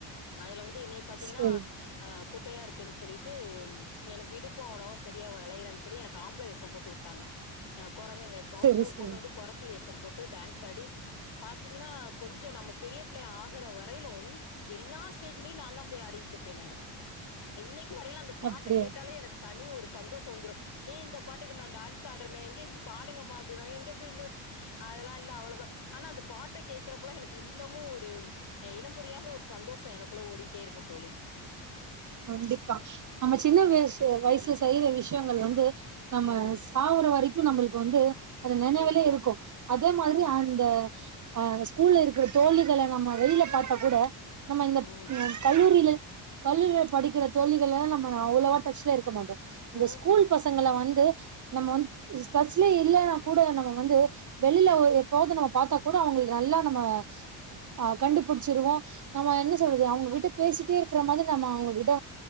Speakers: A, on the left (about 55°); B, on the right (about 40°).
A: அதல வந் ரி இன்னை பாத்தீங்கன்னா
B: சரி
A: குட்டையா இருக்கேன் சொல்லிட்டு எனக்கு இடுப்பு அவ்ளவா சரியா வளயலன் சொல்லி எனக்கு ஆம்பள வேசம் போட்டுவுட்டாங்க அ கொறவெ வேசொ
B: சரி
A: இன்னொரு
B: சரி
A: பொண்ணு வந்து கொறத்தி வேசம் போட்டு டான்ஸ் ஆடி பாத்தீங்கனா கொஞ்ச நம்ம பெரிய பிள்ளை ஆகுற வரையிலும் எல்லா ஸ்டேஜிலயு நாந்தா போய் ஆடிட்ருப்பே நானு இன்னை இ வரையில் அந்த பாட்ட
B: அப்படியா
A: கேட்டாலே எனக் தனி ஒரு சந்தோஷோ வந்துறு ஏ இந்த பாட்டுக்கு நா டான்ஸ் ஆடுறேனே எங்க இங்க பாடுங்கமா அப்பிங்க பின் அதெல்லா இல்ல அவ்வளவுதா ஆனா அந்த பாட்ட கேக் க்ரப்பலா எனக்கு இன்னமு ஒரு இனம்ப் புரியாத ஒரு சந்தோஷோ எனக்குள்ள ஓடிட்டே இருக்கு தோழி
B: அண்டிப்பா நம்ம சின்ன வியசு வயசுல செய்யற விஷயங்கள் வந்து நம்ம
A: உம்,
B: சாவுற வரைக்கு நம்மளுக்கு வந்து அந்த நெனைவுலே
A: இருக்கும்
B: இருக்கு அதே மாதிரி
A: ஆமாம்
B: அந்த அ ஸ்கூல்ல இருக்கிற தோழிகள நம்ம வெளில பாத்தா கூட நம்ம இந்தக்
A: ம்
B: அ கல்லூரியில கல்லுலேப் படிக்கிற தோழிகளல்லா நம்ம அவ்வளவா டச்ல இருக்கமாட்டோ அந்த
A: ம்
B: ஸ்கூல் பசங்கள வந்து நம்ம வந்துடச்சுலயே இல்லன்னா கூட நம்ம வந்து வெளியில ஒ எப்போது நம்ம பாத்தா கூட அவங்களுக்கு நல்லா நம்ம ஆ கண்டுபுடிச்சிருவோ நம்ம என்ன சொல்றது அவங்ககிட்ட பேசிட்டே இருக்கிற மாரி நம்ம அவங்ககி ட்ட